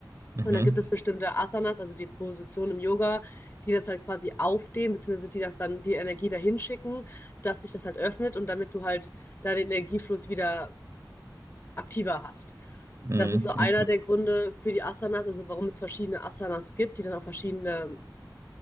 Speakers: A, on the right; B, on the left.
A: Mhm.
B: Und dann gibt es bestimmte Asanas, also die Positionen im Yoga, die das halt quasi aufdehnen, beziehungsweise die das dann die Energie dahin schicken, dass sich das halt öffnet und damit du halt da den Energiefluss wieder aktiver hast.
A: Mhm.
B: Das ist so einer
A: Mhm.
B: der Gründe für die Asanas, also warum es verschiedene Asanas gibt, die dann auch verschiedene